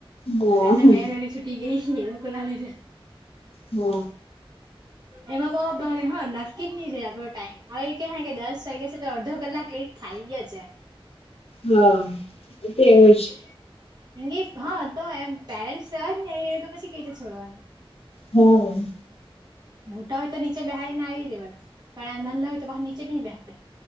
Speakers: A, on the left; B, on the right.
A: હા
B: આજે મેં વેલી છુટી ગઈ એ લોકો ના લીધે.
A: હા.
B: એમાં બહુ ભારે હન. નક્કી જ નહી રે આપડો ટાઈમ હવે કે કે દસ વાગે છે, તો અડધો કલાક લેટ થાય જ એ.
A: હા તેવું
B: એવું
A: જ
B: કે. એન કે હા તો એમ પેરેન્ટસ જવાય ને તો પછી કઈ રીતે છોડવાનું,
A: હમ્મ.
B: મોટા હોય તો નીચે બેહારીને આવી દેવાનું. પણ આ નાલલા હોય તો બહાર નીચે નહીં બેહાડા